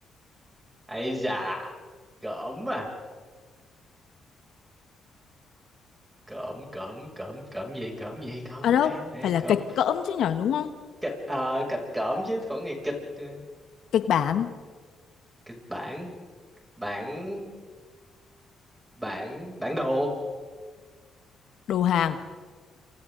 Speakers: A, on the right; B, on the left.
A: ấy già cỡm à cỡm cỡm cỡm cỡm gì cỡm gì cỡm
B: à đâu
A: lẽ lẽ
B: phải
A: cỡm
B: là kịch cỡm chứ nhở đúng không
A: kịch ờ kịch cỡm chứ còn ngày kịch ừ,
B: kịch bản
A: kịch bản bản bản bản đồ
B: đồ hàng